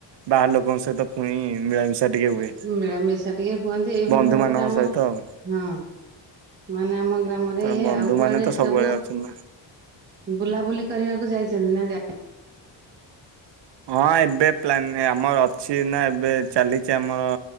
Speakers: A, on the right (about 65°); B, on the right (about 25°).
A: ବାହାର ଲୋକଙ୍କ ସହିତ ପୁଣି ମିଳାମିଶା ଟିକେ ହୁଏ।
B: ମିଳାମିଶା ଟିକେ ହୁଅନ୍ତି ଏଇଭଳି
A: ବନ୍ଧୁ
B: ଭାବରେ
A: ମାନଙ୍କ
B: ଆମ
A: ସହିତ ଆଉ
B: ହଁ। ମାନେ ଆମ ଗ୍ରାମରେ
A: ତ
B: ଇଏ
A: ବନ୍ଧୁ
B: ଆଉ କୁଆଡେ
A: ମାନେ ତ ସବୁବେଳେ
B: ସବୁ
A: ଅଛନ୍ତି ନା।
B: ବୁଲାବୁଲି କରିବାକୁ ଯାଇଛନ୍ତି ନାଁ ଯା
A: ହଁ ଏବେ ପ୍ଲାନି ଆମର ଅଛି ନା ଏବେ ଚାଲିଛି ଆମର